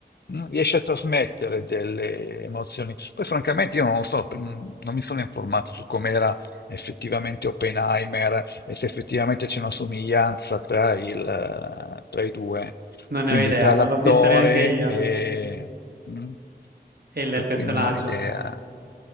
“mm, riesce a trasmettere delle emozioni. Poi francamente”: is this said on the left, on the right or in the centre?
Left